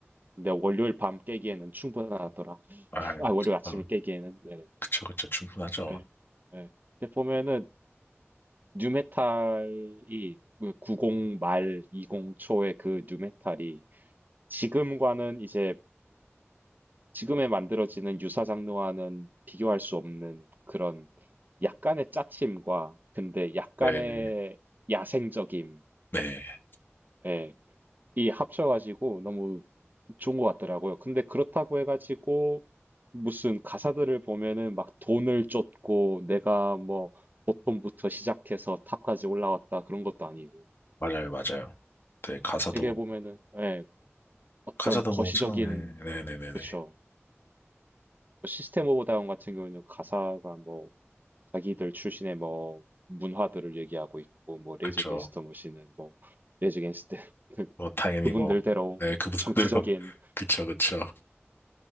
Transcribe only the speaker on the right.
근데 월요일 밤 깨기에는 충분하더라.
아 월요일 아침을
깨기에는 네,
네, 네. 근데 보면은 뉴메탈이 90 말 20 초의 그 뉴메탈이 지금과는 이제 지금에 만들어지는 유사 장르와는 비교할 수 없는 그런 약간의 짜침과 근데 약간의
야생적임
예, 이 합쳐가지고 너무 좋은 것 같더라고요. 근데 그렇다고 해가지고 무슨 가사들을 보면은 막 돈을 쫓고 내가 뭐 보통부터 시작해서 탑까지 올라왔다 그런 것도 아니고
되게 보면은 예, 어떤
거시적인
그렇죠. 뭐 시스템 오브 다운 같은 경우에는 가사가 뭐 자기들 출신의 뭐 문화들을 얘기하고 있고 뭐 레이저
갱스터 머신은 뭐 레이저 갱스터 <laughs>
그분들대로
정치적인